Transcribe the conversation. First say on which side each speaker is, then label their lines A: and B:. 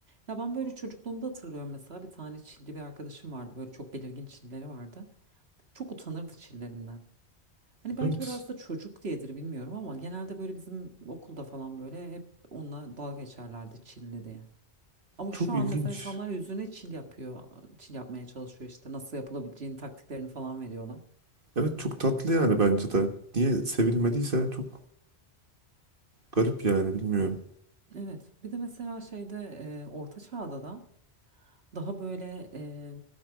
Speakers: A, on the right; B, on the right.
A: Ya ben böyle çocukluğumda hatırlıyorum mesela bir tane Çilli bir arkadaşım vardı böyle çok belirgin çilleri vardı. Çok utanırdı çillerinden. Hani belki
B: Evet.
A: biraz da çocuk diyedir bilmiyorum ama genelde böyle bizim okulda falan böyle hep onunla dalga geçerlerdi çilli diye. Ama
B: Çok
A: şu an
B: ilginç.
A: mesela insanlar yüzüne çil yapıyor. Çil yapmaya çalışıyor işte nasıl yapılabileceğini taktiklerini falan veriyorlar.
B: Evet çok tatlı yani bence de. Niye sevilmediyse çok garip yani bilmiyorum.
A: Evet bir de mesela şeyde e, Orta Çağ'da da daha böyle e,